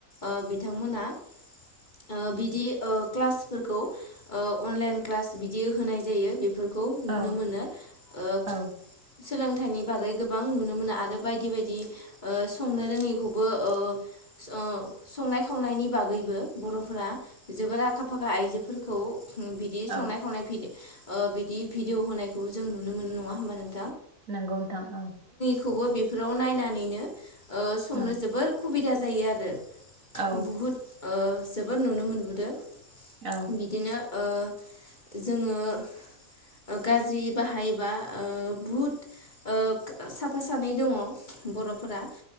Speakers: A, on the left; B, on the right.
A: ओ बिथांमोना ओ बिदि ओ क्लासफोरखौ ओ अनलाइन क्लास बिदि होनाय जायो बेफोरखौ नुनो
B: औ
A: मोनो ओ
B: औ
A: सोलोंथाइनि बागै गोबां नुनो मोनो आरो बायदि बायदि ओ संनो रोङैखौबो ओ सं ओ संनाय खावनायनि बागैबो बर'फोरा जोबोर आखा फाखा आइजोफोरखौ बिदि
B: औ
A: संनाय खावनाय बिद ओ बिदि भिडिअ होनायखौ जों नुनो मोनो नङा होमबा नों
B: नंगौ नोथां औ
A: खौबो बेफोराव नायनानैनो ओ संनो
B: औ
A: जोबोर खुबिद दा जायो आरो
B: औ
A: बहुत ओ जोबोद नुनो मोनबोदों
B: औ
A: बिदिनो ओ जोङो गाज्रि बाहायोबा ओ बुहुद ओ साफा सानै दङ बर' फोरा